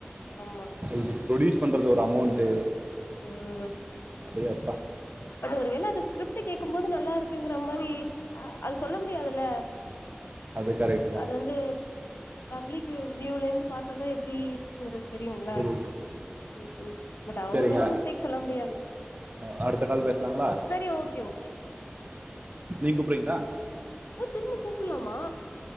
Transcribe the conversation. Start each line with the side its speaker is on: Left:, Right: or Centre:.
Left: ஆம்மா
Right: இது ப்ரொடியூஸ் பண்றது ஒரு அமௌண்ட்டு
Left: ம்
Right: அடே அப்பா
Left: பட் ஒரு வேள அது ஸ்கிரிப்ட் கேக்கும் போது நல்லாருக்குங்கற மாரி அது சொல்ல முடியாதுல்ல
Right: அது கரெக்ட் தான்
Left: அது வந்து பப்லிக் வி வியூலந்து பாத் தாதா எப்டிங்கிறது தெரியுல்ல
Right: புரியுது.
Left: ம் ம் பட் அவங்க
Right: சரிங்க
Left: மேல மிஸ்டேக் சொல்ல முடியாது
Right: அ அடுத்த கால் பேசலாங்ளா
Left: சரி ஓகே ஓகே
Right: நீங் கூப்புறீங்ளா
Left: ஓ திரும்ப கூப்புலாமா